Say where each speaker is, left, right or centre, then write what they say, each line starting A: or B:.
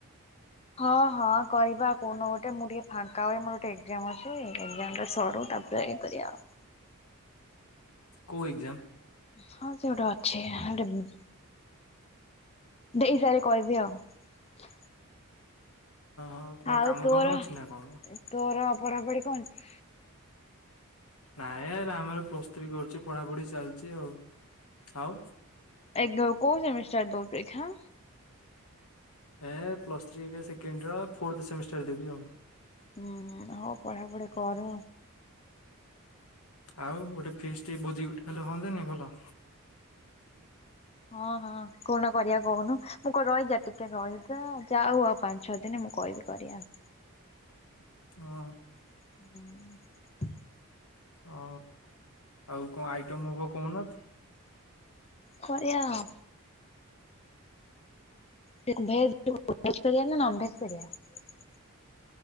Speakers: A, on the left; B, on the left.
A: ହଁ ହଁ କରିବା ଆଉ କୋଉଦିନ ଗୋଟେ ମୁଁ ଟିକେ ଫାଙ୍କା ହୁଏ ମୋର ଗୋଟେ ଏକ୍ଜାମ ଅଛି ଏକ୍ଜାମଟା ସରୁ ତାପରେ ଇଏ କରିଆ ଆଉ।
B: <inaudible> କୋଉ ଏକ୍ଜାମ?
A: ହଁ ସେ ଗୋଟେ ଅଛି ଗୋଟେ ଉଁ। ଦେଇସାରେ କହିବି ଆଉ।
B: ଓହୋ କଣ
A: ଆଉ
B: କାମ
A: ତୋର
B: ଫାମ ଅଛି ନା କଣ
A: ଉଁ ତୋର ପଢାପଢି କଣ?
B: ନାଇଁ ରା ମୋର ପ୍ଲସ୍ ଥ୍ରୀ କରୁଛି ପଢାପଢି ଚାଲିଛି ଆଉ ଆଉ।
A: ଏ କୋ-କୋଉ ସେମିଷ୍ଟାର୍ ଦଉଚୁ ଏଖାଁ?
B: ଏ ପ୍ଲସ ଥ୍ରୀର ସେକେଣ୍ଡ ଇୟର ଫୋର୍ଥ ସେମିଷ୍ଟର ଦେବି ଆଉ।
A: ହୁଁ ହୁଁ ହଉ ପଢାପଢି କର।
B: ଆଉ ଗୋଟେ ଫିଷ୍ଟି ଭୋଜି ଗୋଟେ ହେଲେ ହଅନ୍ତାନି ଭଲ?
A: ହଁ ହଁ କଉଦିନ କରିବା କହୁନୁ ମୁଁ କଣ ରହିଯା ଟିକେ ରହିଯା ଯାଉ ଆଉ ପାଞ୍ଚ ଛଅ ଦିନ ମୁଁ କହିବି କରିବା ଆଉ।
B: <inaudible> ନା।
A: ହୁଁ।
B: ହ ଆଉ କଣ ଆଇଟମ ହବ କହୁନାନ୍ତି?
A: କରିଆ ଆଉ। ସେ କୁ ଭେଜ ଭେଜ କରିଆ ନା ନନ ଭେଜ କରିବା?